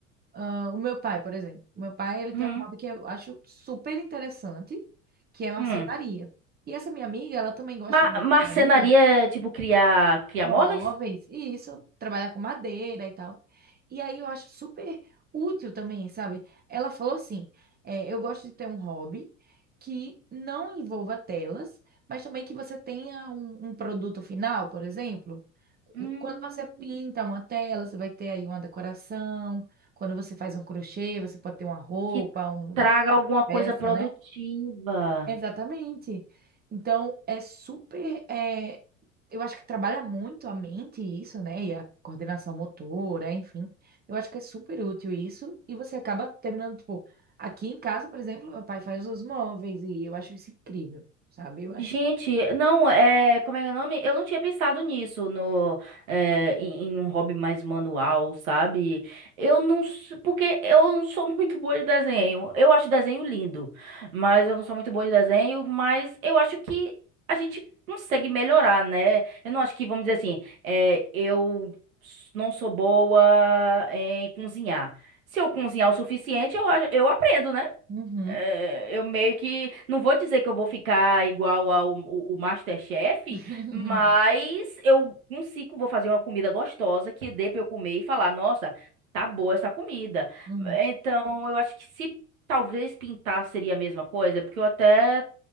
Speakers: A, on the right; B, on the right.
A: Ah, o meu pai, por exemplo, o meu pai ele
B: hum,
A: tem um hobby que eu acho super interessante, que é marcenaria.
B: hum.
A: E essa minha amiga, ela também gosta
B: Ma
A: de marcenaria
B: marcenaria, é, tipo, criar, criar
A: móveis,
B: móveis?
A: e isso, trabalhar com madeira e tal. E aí eu acho super útil também, sabe? Ela falou assim: é, eu gosto de ter um hobby que não envolva telas, mas também que você tenha um, um produto final, por exemplo.
B: Hum,
A: Um- Quando você pinta uma tela, você vai ter aí uma decoração. Quando você faz um crochê, você pode ter uma roupa,
B: que
A: um-
B: traga
A: um,
B: alguma
A: uma
B: coisa
A: peça,
B: produtiva.
A: né? Exatamente. Então, é super. é, eu acho que trabalha muito a mente isso, né? E a coordenação motora, enfim. Eu acho que é super útil isso. E você acaba terminando, tipo, aqui em casa, por exemplo, meu pai faz os móveis e eu acho isso incrível, sabe? Eu acho.
B: Gente, não, é, como é que é o nome? Eu não tinha pensado nisso no, é, em, em um hobby mais manual, sabe? Eu não, s- porque eu não sou <laughs> muito boa de desenho. Eu acho desenho lindo, mas eu não sou muito boa de desenho, mas eu acho que a gente consegue melhorar, né? Eu não acho que, vamos dizer assim, é, eu s- não sou boa é, em cozinhar. Se eu cozinhar o suficiente, eu, a- eu aprendo, né?
A: Uhum.
B: É, eu meio que. Não vou dizer que eu vou ficar igual ao o, o MasterChef,
A: <laughs>
B: mas eu consigo, vou fazer uma comida gostosa que dê pra eu comer e falar, nossa, tá boa essa comida.
A: Uhum.
B: Então, eu acho que se talvez pintar seria a mesma coisa, porque eu até